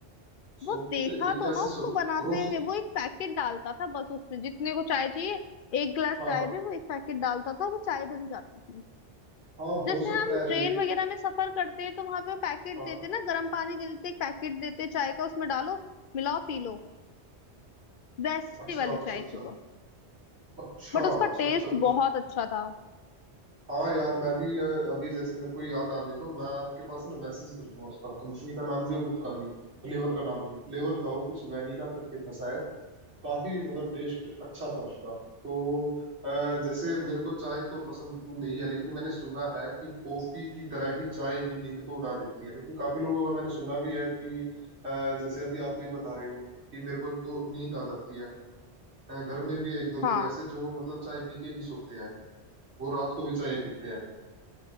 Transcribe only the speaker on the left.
वो देखा
तो
ना उसको
बनाते
हुए वो एक पैकेट डालता था बस उसमें जितने को चाय चाहिए एक गिलास
चाय
में वो एक पैकेट डालता था वो चाय बन जाती थी
जैसे
हम
ट्रेन वगैरह में सफर करते हैं तो वहां पे वो पैकेट
देते हैं ना गर्म पानी के देते हैं, एक पैकेट देते हैं चाय का उसमें डालो मिलाओ पी लो वैसी
वाली
चाय
थी वो
बट उसका
टेस्ट
बहुत अच्छा था
हाँ